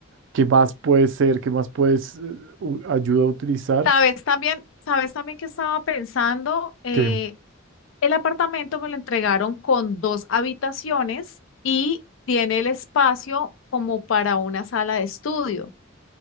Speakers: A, on the right; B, on the left.
A: ¿Qué más puede ser? ¿Qué más puedes eh, u- ayuda a utilizar?
B: Sabes también, sabes también que estaba pensando, Eh,
A: Que,
B: El apartamento me lo entregaron con dos habitaciones y tiene el espacio como para una sala de estudio.